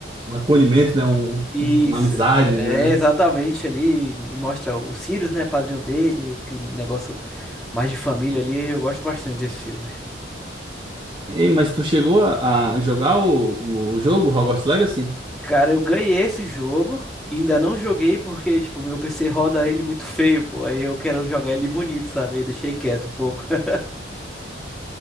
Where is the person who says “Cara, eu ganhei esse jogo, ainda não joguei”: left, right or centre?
Centre